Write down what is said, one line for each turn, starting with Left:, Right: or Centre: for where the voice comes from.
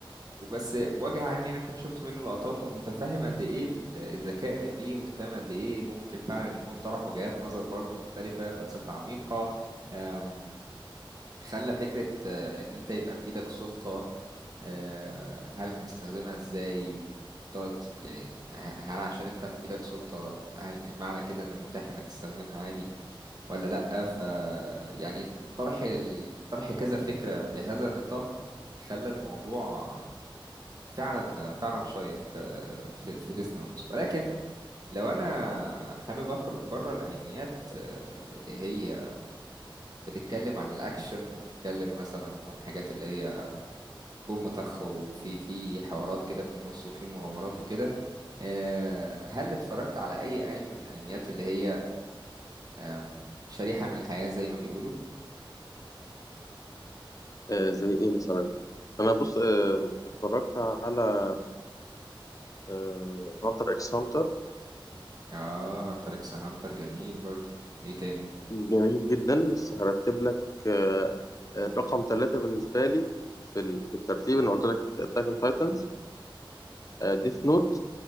Right: وبس بوجه عام يعني كنت شفت منه لقطات ومتفهم قد ايه الذكاء اللي فيه متفهم قد ايه ممكن فعلا يكون طرح وجهات نظر برضو مختلفة فلسفة عميقة آم، خلى فكرة آه، ان انت يبقى في ايدك سلطة آه، هل هتستخدمها ازاي افترض يعني ه- هل عشان انت في ايدك سلطة هل معنى كده ان متاح انك تستخدمها عادي ولا لأ ف يعني طرح ال- طرح كذا فكرة بهذا النطاق خلى الموضوع فعلا فعلا شيق آه، في في ديس نوتس ولكن لو انا حابب اخرج بره الانميات آه، اللي هي بتتكلم عن الاكشن وتتكلم مثلا عن حاجات اللي هي بوم طخ وفي في حوارات كده في النص وفي مغامرات وكده آه، هل اتفرجت على اي انمي من الانميات اللي هي آم، شريحة من الحياة زي ما بيقولوا
Left: آه، زي ايه مثلا انا بص آه، اتفرجت على آه، هانتر اكس هانتر
Right: اه هانتر اكس هانتر جميل برضو ايه تاني
Left: جميل جدا بس هرتب لك آه، الرقم ثلاثة بالنسبة لي في ال- في الترتيب انا قلت لك اتاك اون تايتنز ديث نوت